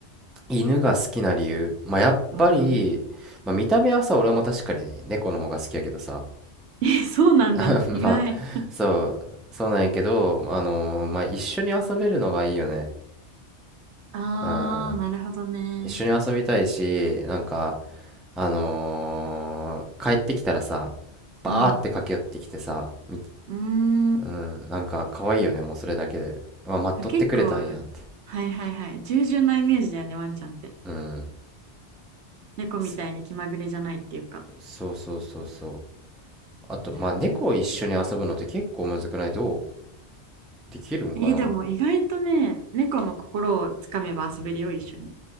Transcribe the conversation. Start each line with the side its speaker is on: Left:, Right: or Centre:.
Centre: 犬が好きな理由まあやっぱり、
Right: うん
Centre: まあ、見た目はさ俺も確かに猫の方が好きやけどさ
Right: <laughs>。え、そうなんだ。
Centre: <laughs>
Right: 意外。
Centre: まあ、そう、そうなんやけど、あのーまあ、一緒に遊べるのがいいよね。
Right: あー、
Centre: うん。
Right: なるほどね。
Centre: 一緒に遊びたいし、なんか、あのー帰ってきたらさ、
Right: うん。
Centre: バーって駆け寄ってきてさ、
Right: う
Centre: み、
Right: ーん。
Centre: うん、なんか可愛いよね、もうそれだけで。うわ、待っとってくれたんやって。
Right: あ結構、はいはいはい。従順なイメージだよね、ワンちゃんって。
Centre: うん。
Right: 猫みたいに気まぐれじゃないっていうか。
Centre: そ、そうそうそうそう。あと、
Right: なるほどね。
Centre: まあ、猫を一緒に遊ぶのって結構むずくないどうできるんかな
Right: えーでも意外とね、猫の心をつかめば遊べるよ、一緒に。